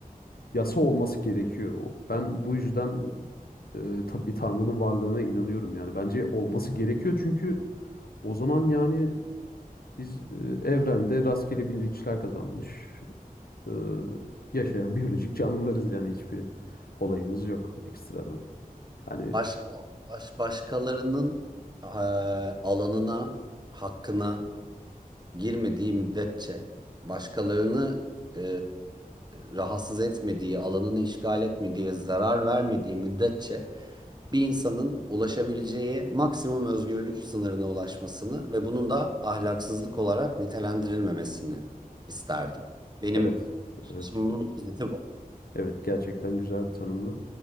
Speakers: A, on the left; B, on the right.
A: yasa olması gerekiyor. Ben bu yüzden e, tabii Tanrı'nın varlığına inanıyorum yani. Bence olması gerekiyor çünkü o zaman yani biz e, evrende rastgele bilinçler kazanmış e, yaşayan <laughs> biyolojik canlılarız yani hiçbir olayımız yok ekstradan. Hani
B: baş, baş başkalarının e, alanına, hakkına girmediği müddetçe başkalarını e, rahatsız etmediği, alanını işgal etmediği ve zarar vermediği müddetçe bir insanın ulaşabileceği maksimum özgürlük sınırına ulaşmasını ve bunun da ahlaksızlık olarak nitelendirilmemesini isterdim. Benim
A: evet,
B: açımın
A: evet.
B: özeti bu.
A: Evet gerçekten güzel bir tanımdı.